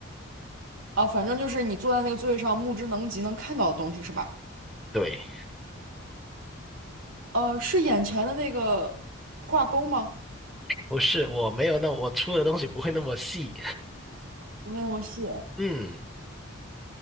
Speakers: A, on the right; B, in the centre.
A: 啊，反正就是你坐在那个座位上，目之能及能看到的东西是吧？
B: 对。
A: 呃，是眼前的那个挂钩吗？
B: 不是，我没有那，我出的东西不会那么细。
A: 不会那么细，
B: 嗯，